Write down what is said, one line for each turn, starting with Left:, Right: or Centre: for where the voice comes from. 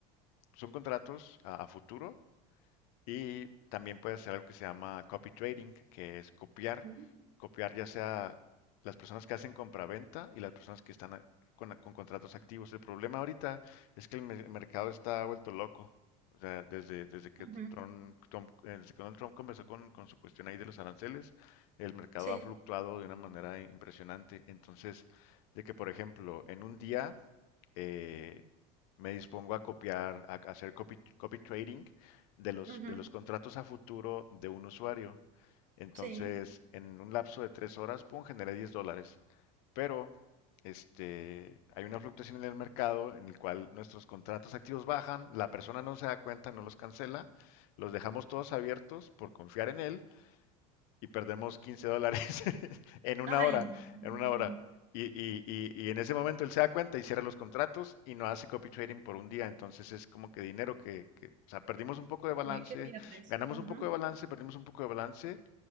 Left: son contratos a, a futuro y también puedes hacer algo que se llama copy trading, que es copiar,
Right: ujú,
Left: copiar ya sea las personas que hacen compraventa y las personas que están a- con, con contratos activos. El problema ahorita es que el mer- mercado está vuelto loco. O sea, desde, desde que
Right: ujú,
Left: Trump, Trump- eh, desde que Donald Trump conversó con, con su cuestión ahí de los aranceles, el mercado
Right: Sí,
Left: ha fluctuado de una manera impresionante. Entonces, de que, por ejemplo, en un día eh, me dispongo a copiar, a a hacer copy, copy trading de los,
Right: ujú,
Left: de los contratos a futuro de un usuario. Entonces,
Right: sí.
Left: en un lapso de tres horas, pum, generé 10 dólares. Pero este, hay una fluctuación en el mercado en el cual nuestros contratos activos bajan, la persona no se da cuenta, no los cancela, los dejamos todos abiertos por confiar en él y perdemos 15 dólares <laughs> en una
Right: Ay,
Left: hora, en
Right: no,
Left: una hora. Y, y- y- y en ese momento él se da cuenta y cierra los contratos y no hace copy trading por un día. Entonces es como que dinero que, que- o sea, perdimos un poco de balance,
Right: ¿qué, qué pierdes?
Left: ganamos
Right: Ujú.
Left: un poco de balance, perdimos un poco de balance